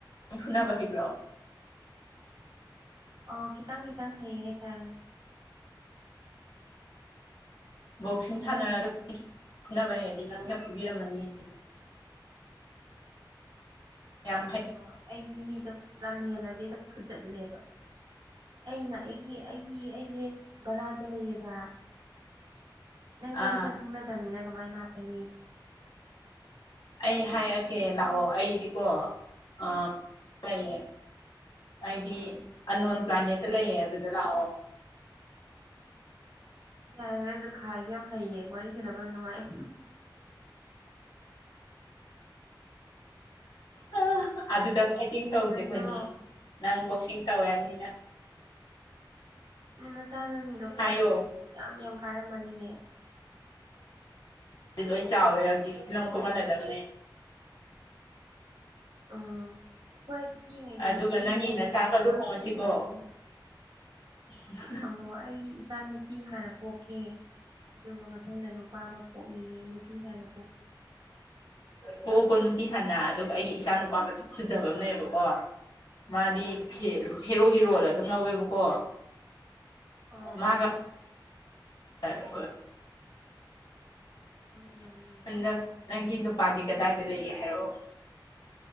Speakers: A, on the left; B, on the right.
A: ꯐꯨꯅꯕ ꯍꯩꯕ꯭ꯔꯣ
B: ꯑꯣ ꯈꯤꯇꯪ ꯈꯤꯇꯪ ꯍꯩꯌꯦ ꯍꯥꯏ ꯇꯥꯏ
A: ꯕꯣꯛꯁꯤꯡ ꯁꯥꯟꯅꯔꯒ <inaudible> ꯐꯨꯅꯕ ꯍꯩꯔꯗꯤ ꯅꯪꯅ ꯐꯨꯕꯤꯔꯝꯃꯅꯤ ꯌꯥꯝ ꯍꯩ
B: ꯑꯣ ꯑꯩꯗꯤ ꯃꯤꯗ ꯂꯝꯍꯦꯜꯂꯗꯤꯗ ꯐꯨꯗꯠꯂꯦꯕ ꯑꯩꯅ ꯑꯩ ꯑꯩꯒꯤ ꯑꯩꯒꯤ ꯑꯩꯁꯦ ꯕꯔꯥꯗ ꯂꯩꯌꯦꯕ ꯅꯪꯗꯤ
A: ꯑꯥ
B: ꯃꯁꯛ ꯈꯪꯅꯗꯕꯅꯤꯅ ꯀꯃꯥꯏꯟ ꯂꯥꯛꯀꯅꯤ
A: ꯑꯩ ꯍꯥꯏꯔꯛꯀꯦ ꯂꯥꯛꯑꯣ ꯑꯩꯗꯤꯀꯣ ꯑꯥ <inaudible> ꯂꯩꯌꯦ ꯑꯩꯗꯤ ꯑꯟꯅꯣꯟ ꯄ꯭ꯂꯥꯅꯦꯠꯇ ꯂꯩꯌꯦ ꯑꯗꯨꯗ ꯂꯥꯛꯑꯣ
B: ꯌꯥꯔꯦ ꯅꯪꯁꯨ ꯈꯥꯏꯕ ꯌꯥꯝ ꯍꯩꯌ‌ꯦ ꯋꯥꯔꯤ ꯁꯥꯟꯅꯕ ꯌꯥꯝ ꯅꯨꯡꯉꯥꯏ
A: ꯑꯥ ꯑꯗꯨꯗ ꯐꯥꯏꯠꯇꯤꯡ ꯇꯧꯁꯦ
B: ꯅꯪꯗꯣ
A: ꯑꯩꯈꯣꯏꯅꯤ ꯅꯪ ꯕꯣꯛꯁꯤꯡ ꯇꯧꯋ‌ꯦꯝꯅꯤꯅ
B: ꯎꯝ ꯅꯆꯥꯅꯁꯤꯡꯗꯣ ꯀ꯭ꯂꯥꯁ
A: ꯍꯥꯏꯌꯣ
B: ꯌꯥꯝ ꯌꯥꯝ ꯀꯥꯔꯝꯃꯅꯤꯅꯦ
A: ꯁꯤ ꯂꯣꯏ ꯆꯥꯎꯔꯦ ꯍꯧꯖꯤꯛ ꯐꯤꯂꯝ ꯀꯨꯝꯍꯂꯗꯕꯅꯦ
B: ꯑꯥ ꯍꯣꯏ ꯄꯤꯛꯏꯉꯩꯗꯒꯤ
A: ꯑꯗꯨꯒ
B: ꯑꯗꯨꯝ
A: ꯅꯪꯒꯤ ꯅꯆꯥꯒ ꯂꯨꯍꯣꯡꯉꯁꯤꯀꯣ
B: ꯍꯩꯅꯕꯤ
A: <unintelligible>
B: ꯑꯣ ꯑꯩꯒꯤ ꯏꯆꯥ ꯅꯨꯨꯄꯤ ꯍꯥꯟꯅ ꯄꯣꯛꯀꯦ ꯑꯗꯨꯒ ꯃꯊꯪꯗ ꯅꯨꯄꯥ ꯑꯃ ꯄꯣꯛꯅꯤꯡꯉꯦ ꯅꯨꯄꯤ ꯍꯥꯟꯅ ꯄꯣꯛꯀꯦ
A: ꯄꯣꯛꯑꯣꯀꯣ ꯅꯨꯄꯤ ꯍꯥꯟꯅ ꯑꯗꯨꯒ ꯑꯩꯒꯤ ꯏꯆꯥ ꯅꯨꯄꯥ ꯃꯁꯛ ꯐꯖꯕ ꯑꯝ ꯂꯩꯌ‌ꯦꯕꯀꯣ ꯃꯥꯗꯤ ꯐ‌ꯦ
B: ꯑꯣ
A: ꯍꯦꯔꯣꯒꯤ ꯔꯣꯜ
B: ꯑꯁ
A: ꯑꯗꯨꯝ ꯂꯧꯋꯦꯕꯀꯣ
B: ꯑꯣ
A: ꯃꯥꯒ <inaudible> ꯑ ꯑ
B: ꯍꯣꯏ ꯌꯥꯏꯌꯦ
A: ꯅ ꯅꯪꯒꯤ ꯅꯨꯄꯥꯗꯤ ꯀꯗꯥꯏꯗ ꯂꯩꯒꯦ ꯍꯥꯏꯔ‌ꯣꯑꯣ